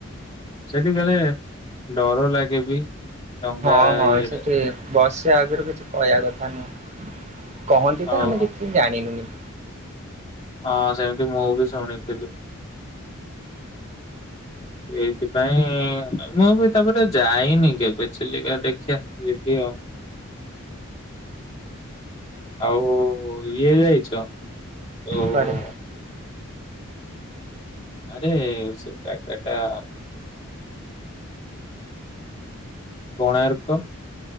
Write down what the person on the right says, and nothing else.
ହଁ ହଁ
ସେଠି ବସ୍ ସେ ଆଗରୁ କିଛି କହିବା କଥା ନୁହଁ। କହନ୍ତି
ତ ଆମେ କିଛି ଜାଣିନୁନି
କୁଆଡେ